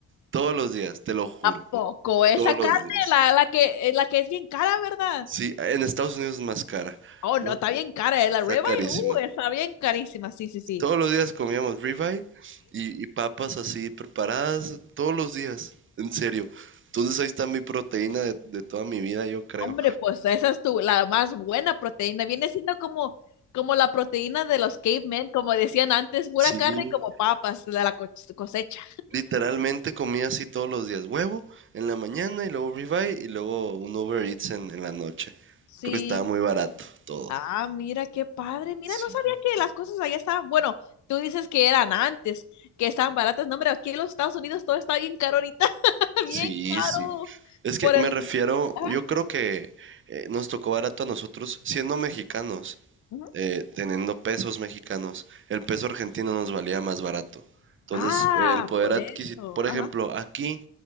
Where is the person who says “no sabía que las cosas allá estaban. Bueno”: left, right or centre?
Left